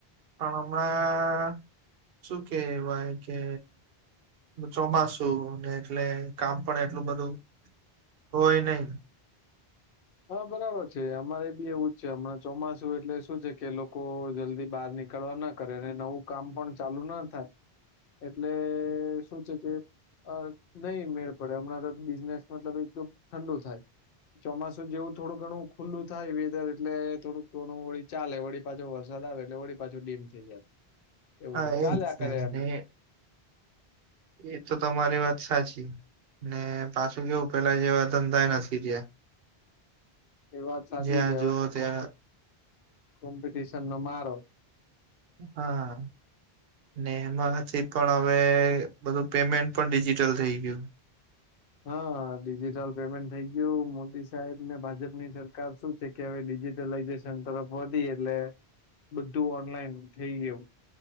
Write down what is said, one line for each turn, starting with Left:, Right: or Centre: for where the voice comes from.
Right: પણ હમણાં શું કેવાય કે ચોમાસું ને એટલે કામ પણ એટલું બધું હોય નહિ.
Left: હા બરાબર છે અમારે બી એવું જ છે હમણાં ચોમાસું એટલે શું છે કે લોકો જલ્દી બહાર નીકળવા ના કરે અને નવું કામ પણ ચાલુ ના થાય એટલે શું છે કે. અ નહી મેળ પડે હમણાં તો બિઝનેસ મતલબ એક તો ઠંડો થાય ચોમાસું જેવું થોડું ઘણું ખુલ્લું થાય વેદર એટલે થોડુંક ઘણું વળી ચાલે વળી પાછો વરસાદ આવે એટલે વળી પાછું ડીમ થઈ જાય એવું
Right: હા
Left: થયું
Right: એજ
Left: ચાલ આખરે
Right: છે
Left: એમ.
Right: ને એ તો તમારી વાત સાચી ને પાછું કેવું પેલા જેવા ધંધાય નથી રેયા.
Left: એ વાત સાચી
Right: જ્યાં
Left: છે
Right: જુઓ
Left: હવે તો
Right: ત્યાં
Left: કો્પ કોમ્પિટિશન નો મારો
Right: હા. ને એમાંથી પણ હવે બધું પેમેન્ટ પણ ડિજિટલ થઈ ગયું.
Left: હા ડિજિટલ પેમેન્ટ થઈ ગયું મોદી સાહેબ ને ભાજપ ની સરકાર શું કેવે ડિજિટલાઈઝેશન તરફ વધી એટલે બધું ઓનલાઈન થઈ ગયું.